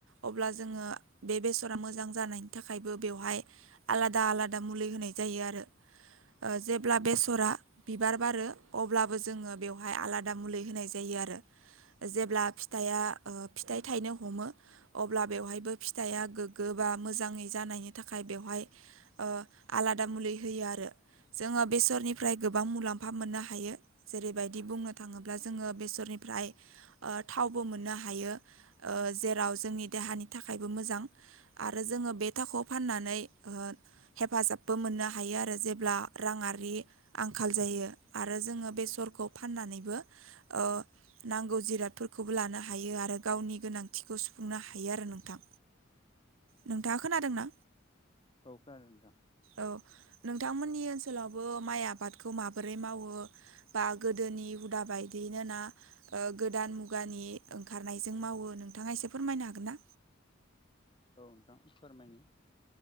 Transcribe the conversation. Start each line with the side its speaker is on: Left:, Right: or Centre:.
Right: अब्ला जोङो बे बेसरा मोजां जानायनि थाखायबो बेवहाय आलादा आलादा मुलि होनाय जायो आरो ओ जेब्ला बे सरा बिबार बारो अब्लाबो जोङो बेवहाय आलादा मुलि होनाय जायो आरो जेब्ला फिथाइया ओ फिथाइ थायनो हमो अब्ला बेवहायबो फिथाइआ गोग्गो बा मोजाङै जानायनि थाखाय बेवहाय ओ आला <unintelligible> मुलि होयो आरो जोङो बिसरनि फ्राय गोबां मुलाम्फा मोननो हायो जेरैबायदि बुंनो थाङोब्ला जोङो बेसरनिफ्राय ओ थावबो मोननो हायो ओ जेराव जोंनि देहानि थाखायबो मोजां आरो जोङो बे थाखोयाव फाननानै हेफाजाबबो मोननो हायो आरो जेब्ला राङारि आंखाल जायो आरो जोङो बेसरखौ फाननानैबो ओ नांगौ जिरादफोर खौबो लानो हायो आरो गावनि गोनांथिखौ सुफुंनो हायो आरो नोंथां नोंथाङा खोनादोंना?
Left: औ खोनादों नोंथां
Right: औ नोंथांमोननि ओनसोल लावबो माइ आबादखौ माबोरै मावो बा गोदोनि हुदा बायदि मानोना ओ गोदान मु गानि ओंखारनायजों मावो नोंथाङा एसे फोरमायनो हागोन ना?
Left: औ नोंथां फोरमायनि